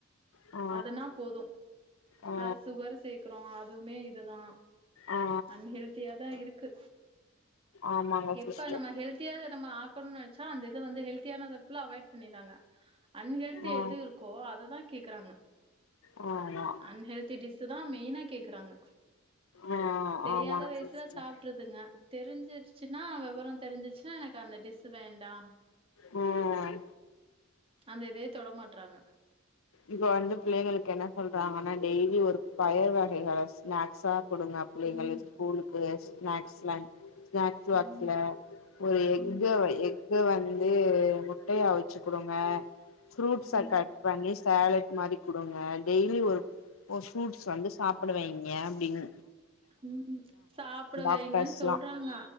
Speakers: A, on the left; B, on the right.
A: ஆ
B: அதுனா போது
A: ஆ
B: அது சுகர் சேக்றோ அதுமே இதுதா
A: ஆ
B: அன்ஹெல்த்தியாதா இருக்கு
A: ஆமாங்க
B: எப்ப
A: சிஸ்டர்
B: நம்ம ஹெல்த் த்தியா அத நம்ம ஆக்கணுனு நெனச்சா அந்த இத வந்து ஹெல்தியானத ஃபுல்லா அவாய்ட் பண்ணிறாங்க அன்ஹெல்த்தியா
A: ஆ
B: எது இருக்கோ அததா கேக்கறாங்க
A: ஆமா
B: அன்ஹெல்த்தி டிஷ் தா மெயினா கேக்குறாங்க
A: ஆ
B: தெரியாத
A: ஆமாங்க
B: வயசுல
A: சிஸ்டர்
B: சாப்ட் ருதுங்க தெரிஞ்சுருச்சுனா வெவரொ தெரிஞ்சுச்சுன்னா எனக்கு அந்த டிஷ்ஷு வேண்டா
A: ம்
B: அந்த இதே தொட மாட்றாங்க
A: இப்ப வந்து பிள்ளைங்களுக்கு என்ன சொல்றாங்கன்னா டெய்லி ஒரு பயர் வகைகள ஸ்நாக்ஸா கொடுங்க புள்ளைங்களுக்
B: ம்
A: ஸ்கூலுக்கு ஸ்நாக்ஸ்லா ஸ்நாக்ஸ் பாக்ஸ்ல
B: ம்
A: ஒரு எக்கு
B: ம்
A: எக்கு வந்து ட்டையா அவுச்சு குடுங்க ஃப்ரூட்ச
B: ம்
A: கட் பண்ணி சேலட் மாரி குடுங்க டெய்லி ஒரு ஃப்ரூட்ஸ் வந்து சாப்புட வைங்க அப்டினு
B: ம் ம் சாப்பிட
A: டாக்டர்ஸ்லா
B: வைங்கன்னு சொல்றாங்க